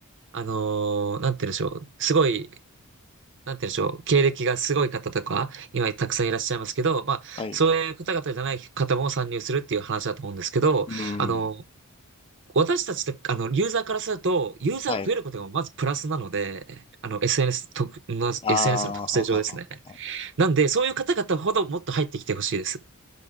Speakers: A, on the right; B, on the left.
A: あのーなんて言うんでしょう。すごいなんて言うんでしょう、経歴がすごい方とか、今たくさんいらっしゃいますけど、まあ、
B: はい。
A: そういう方々じゃない方も参入するっていう話だと思うんですけど、
B: うん。
A: あの、私たちって、あの、ユーザーからすると、ユーザーが増えることがまずプラスなので、
B: はい。
A: あの、SNS 特、の SNS
B: ああ、
A: の特性上ですね。
B: はははは。
A: なんで、そういう方々ほどもっと入ってきてほしいです。